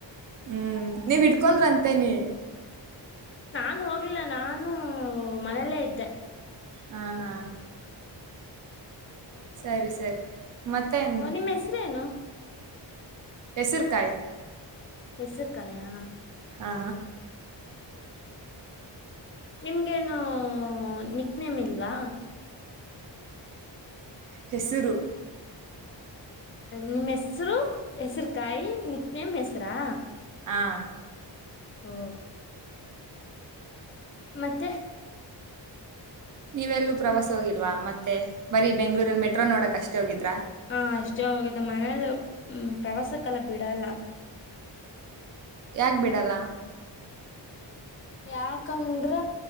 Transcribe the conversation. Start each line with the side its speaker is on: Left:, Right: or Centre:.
Right: ಹ್ಮ್ ನೀ ಬಿಟ್ಟ ಉಕೊಂಡ್ರಂತೇನೆ
Left: ನ್ ಹೋಗಿಲ್ಲ ನಾನು ಮನೆಯಲ್ಲೇ ಇದ್ದೆ
Right: ಹಾ ಹಾ ಸರಿ ಸರಿ ಮತ್ತೇನ್
Left: ಓ ನಿಮ್ಮ ಹೆಸ್ರೇನು
Right: ಹೆಸರಕಾಯಿ
Left: ಹೆಸರುಕಾಯಾ
Right: ಹಾ
Left: ನಿಮ್ಗೇನು ನಿಕ್ನೇಮ್ ಇಲ್ವಾ
Right: ಹೆಸರು
Left: ನಿಮ್ಮ್ ಹೆಸ್ರು ಹೆಸರು ಕಾಯಿ ನಿಕ್ನೇಮ್ ಹೆಸರಾ
Right: ಹಾಂ
Left: ಹೂ ಮತ್ತೆ
Right: ನೀವೆಲ್ಲೂ ಪ್ರವಾಸ ಹೋಗಿಲ್ವಾ ಮತ್ತೆ ಬರೀ ಬೆಂಗ್ಳೂರಲ್ಲಿ ಮೆಟ್ರೋ ನೋಡಕ್ ಅಷ್ಟೇ ಹೋಗಿದ್ರಾ
Left: ಹಾ ಅಷ್ಟೇ ಹೋಗಿದ್ದ ಮನೇಲ್ಲ್ಮ ಪ್ರವಾಸ ಕಾಲ ಬಿಡಲ್ಲ
Right: ಯಾಕ್ ಬಿಡಲ್ಲ
Left: ಯಾಕಂದ್ರ